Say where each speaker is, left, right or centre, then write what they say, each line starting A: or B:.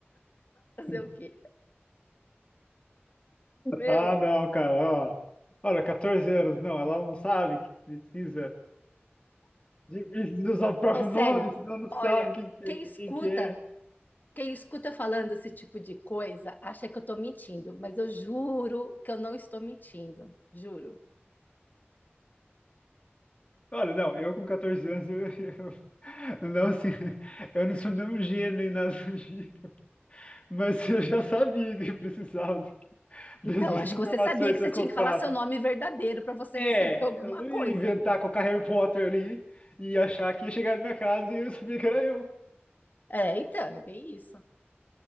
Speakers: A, on the left (about 45°); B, on the left (about 25°).
A: Fazer
B: <laughs>
A: o quê? Meu,
B: Ah, não, cara, ó. Olha, 14 anos, não, ela não sabe que precisa, de, precisa usar o próprio
A: não, sério.
B: nome, senão não
A: Olha,
B: sabe quem, que
A: quem
B: é, de
A: escuta,
B: quem que é.
A: quem escuta eu falando esse tipo de coisa, acha que eu tô mentindo, mas eu juro que eu não estou mentindo, juro.
B: Olha, não, eu com 14 anos, eu, eu- <laughs> não, assim, eu não sou nem um gênio nem nada do tipo, mas eu já sabia que precisava <laughs> das
A: Então,
B: minhas
A: acho
B: informações
A: que você sabia que
B: se
A: você
B: eu
A: tinha
B: comprasse.
A: que falar seu nome verdadeiro para você
B: É,
A: receber <laughs> alguma
B: eu não
A: coisa,
B: ia inventar
A: né?
B: colocar Harry Potter ali e achar que ia chegar na minha casa e eu <laughs> sabia que era eu.
A: É, então, é bem isso.